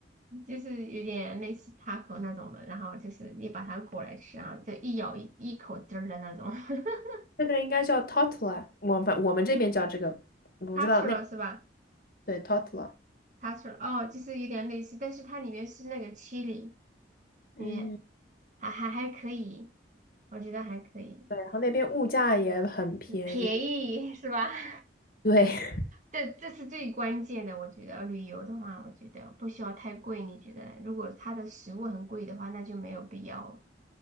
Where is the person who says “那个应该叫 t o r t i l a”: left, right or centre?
Left